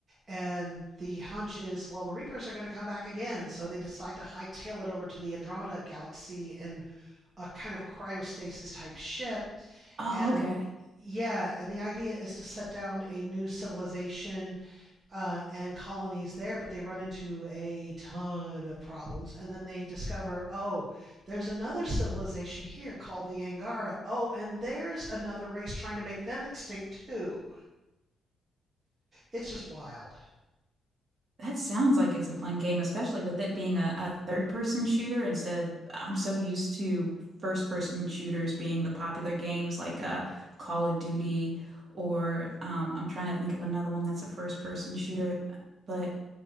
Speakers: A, on the right; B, on the right.
A: And the hunch is, well, the Reapers are going to come back again. So they decide to hightail it over to the Andromeda Galaxy in a kind of a cryostasis type ship.
B: Oh,
A: And
B: okay.
A: yeah, and the idea is to set down a new civilization uh, and colonies there, but they run into a ton of problems. And then they discover, oh, there's another civilization here called the Angara. Oh, and there's another race trying to make them extinct too. It's just wild.
B: That sounds like it's a fun game, especially with it being a, a third person shooter instead of I'm so used to first person shooters being the popular games like uh, Call of Duty or um, I'm trying to think of another one that's a first person shooter. But